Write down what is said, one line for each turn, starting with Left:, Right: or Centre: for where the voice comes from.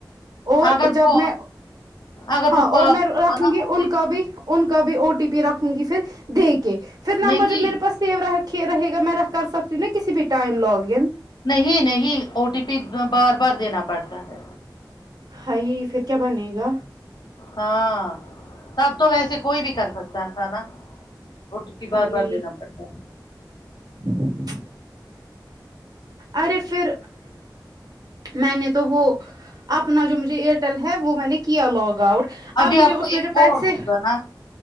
Right: اور
Left: اگر
Right: جب
Left: وہ
Right: میں
Left: اگر
Right: ہاں
Left: وہ پاس
Right: اور میں رکھوں
Left: ہوگا نا
Right: گی
Left: او
Right: ان
Left: ٹی
Right: کا بھی ان کا بھی او ٹی پی رکھوں گی پھر دے کے پھر
Left: پی، نہیں
Right: نمبر جب میرے پاس گا میں ر کر سکتی ہوں نا کسی بھی ٹائم لاگ ان
Left: نہیں نہیں او ٹی پی بار بار دینا پڑتا ہے
Right: ہائی پھر کیا بنے گا
Left: ہاں تب تو ویسے کوئی بھی کر سکتا تھا نہ و ٹی پی
Right: ہائی
Left: بار بار دینا پڑتا ہے
Right: <inaudible> ارے پھر میں نے تو وہ اپنا جو مجھے ایئرٹیل ہے وہ میں نے کیا لاگ آؤٹ
Left: ابھی
Right: آپ مجھے اس
Left: کو
Right: میں
Left: ایک
Right: پیسے
Left: اور ہوگا نا